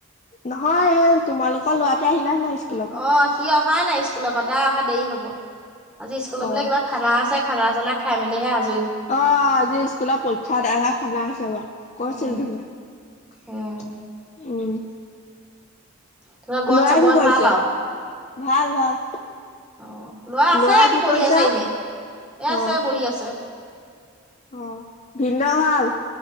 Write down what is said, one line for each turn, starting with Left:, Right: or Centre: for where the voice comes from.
Left: নহয় এই তোমালোকৰ ল'ৰাটো আহিলা নাই? স্কুলৰ পৰা?
Centre: অ', সি অহাই নাই স্কুলৰ পৰা, তাৰ অহা দেৰি হ'ব, আজি স্কুলৰ
Left: অ'
Centre: বোলে
Left: অ',
Centre: কিবা খানা আছে। খানা চানা খাই মেলিহে আজ
Left: অ', আজি স্কুলত পৰীক্ষা আদায় হোৱা খানা আছে বাৰু, কৈছিল
Centre: উম
Left: ধুনুৱে।
Centre: উম
Left: উম।
Centre: তাৰপিছত ঘৰত
Left: ল'ৰাই
Centre: চবৰে
Left: কি কৰিছে?
Centre: ভাল আৰু
Left: ভাল, ভাল।
Centre: অ', ল'ৰা আছে
Left: ল'ৰাই
Centre: এইটো
Left: কি
Centre: বহি
Left: কৰিছে?
Centre: আছে এনেই, এ আছে
Left: অ'
Centre: বহি আছে।
Left: অ', ভিন্দ'ৰ ভাল?